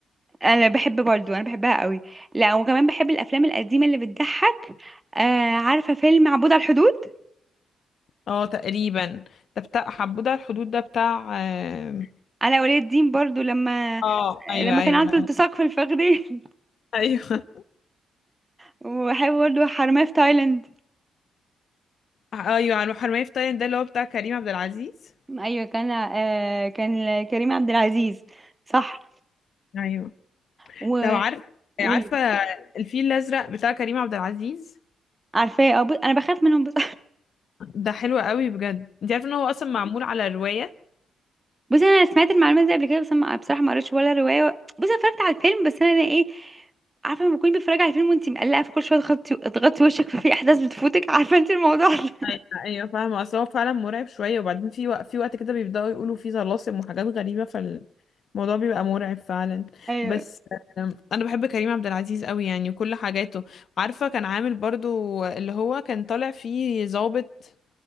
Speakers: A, on the right; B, on the left.
A: انا بحب برضو انا بحبها قوي لا وكمان بحب الافلام القديمه اللي بتضحك آه عارفه فيلم عبود على الحدود
B: اه تقريبا ده بتاع حبودة الحدود ده بتاع اه
A: علاء ولي الدين برضو لما
B: آه، ايوه
A: لما
B: ايوه
A: كان عنده
B: <laughs>
A: التصاق في الفخذين <laughs>
B: ايوه
A: وبحب برضو حرامية في تايلاند
B: ايوه على الحرمية في تايلاند ده اللي هو بتاع كريم عبد العزيز
A: ايوه كان آه كان كريم عبد العزيز صح
B: ايوه
A: و...
B: طب عارفه
A: وال-
B: عارفه الفيل الازرق بتاع كريم عبد العزيز
A: عارفاه اه بص انا بخاف منهم بس
B: ده حلو قوي بجد انت عارفه ان هو اصلا معمول على رواية
A: <laughs> بص انا سمعت المعلومات دي قبل كده بس أنا بصراحه ما قريتش ولا روايه بص أنا اتفرجت على الفيلم بس انا أنا ايه عارفه لما تكوني بتتفرجي على الفيلم وانت مقلقه فكل شويه تغطي تغطي وشك ففي احداث بتفوتك عارفه انت الموضوع ده <laughs>
B: ايوه ايوه فاهمه اصل هو فعلا مرعب شويه وبعدين في وقت في وقت كده بيبداوا يقولوا فيه طلاسم وحاجات غريبه فالموضوع بيبقى مرعب فعلا
A: ايوه
B: بس آم، انا بحب كريم عبد العزيز قوي يعني وكل حاجاته عارفه كان عامل برضو اللي هو كان طالع فيه ضابط